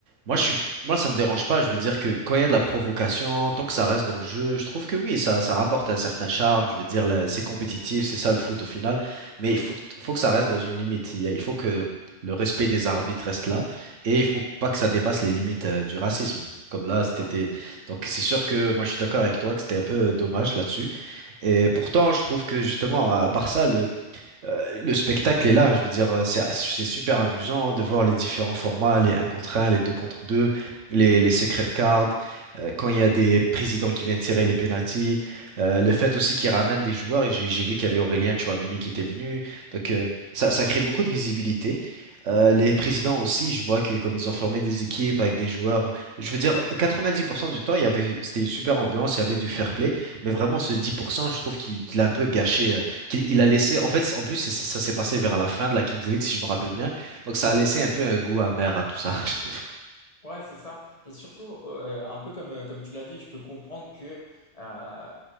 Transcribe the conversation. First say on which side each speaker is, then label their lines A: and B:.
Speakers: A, on the right (about 80°); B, on the left (about 30°).
A: moi, je suis, moi, ça me dérange pas. Je veux dire que quand il y a de la provocation, tant que ça reste dans le jeu, je trouve que oui, ça, ça rapporte un certain charme. Je veux dire, là, c'est compétitif, c'est ça le foot au final. Mais il faut, faut que ça reste dans une limite. Il y a- il faut que le respect des arbitres reste là et il faut pas que ça dépasse les limites, euh, du racisme. Comme là, c'était.
B: Oh,
A: Donc, c'est sûr que moi, je suis d'accord avec toi que c'était un peu dommage là-dessus. Et pourtant, je trouve que justement, à part ça, le, euh, le spectacle est là, je veux dire, euh, c'est c'est super amusant de voir les différents formats, les un contre un, les 2 contre 2, les, les secret cards, euh, quand il y a des présidents qui viennent tirer les pénaltys, euh, le fait aussi qu'ils ramènent des joueurs, et j'ai j'ai vu qu'il y avait Aurélien Tchouameni qui était venu, donc euh, ça, ça crée beaucoup de visibilité. Euh, les présidents aussi, je vois que comme ils ont formé des équipes avec des joueurs, je veux dire, 90% du temps, il y avait, c'était une super ambiance, il y avait du fair play, mais vraiment ce 10%, je trouve qu'il qu'il a un peu gâché. euh, qu'il il a laissé, en fait, en plus, c'est- ça s'est passé vers la fin de la Kings League, si je me rappelle bien. Donc, ça a laissé un peu un goût amer à tout ça, <laughs> je trouve.
B: Ouais, c'est ça. Et surtout, euh, euh, un peu comme, euh, comme tu l'as dit, je peux comprendre que euh,